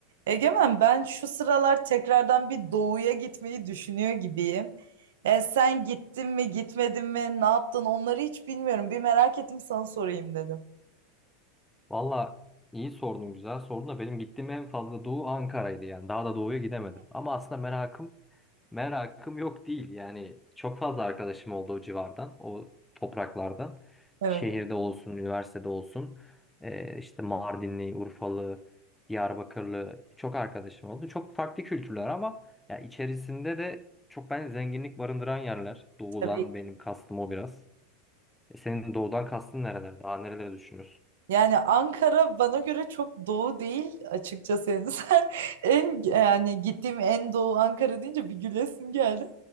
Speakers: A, on the right; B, in the centre.
A: Egemen ben şu sıralar tekrardan bir doğuya gitmeyi düşünüyor gibiyim. Yani sen gittin mi gitmedin mi ne yaptın onları hiç bilmiyorum. Bir merak ettim sana sorayım dedim.
B: Valla iyi sordun güzel sordun da benim gittiğim en fazla doğu Ankara'ydı yani daha da doğuya gidemedim. Ama aslında merakım merakım yok değil yani çok fazla arkadaşım oldu o civardan o topraklardan.
A: Evet
B: Şehirde olsun üniversitede olsun Ee, işte Mardinli, Urfalı, Diyarbakırlı çok arkadaşım oldu. Çok farklı kültürler ama ya içerisinde de çok ben zenginlik barındıran yerler. Doğudan
A: tabii.
B: benim kastım o biraz. E, senin doğudan kastın nereler? Daha nereleri düşünüyorsun?
A: Yani Ankara bana göre çok doğu değil açıkçası. Yani <laughs> sen en yani gittiğim en doğu Ankara deyince bir gülesim geldi.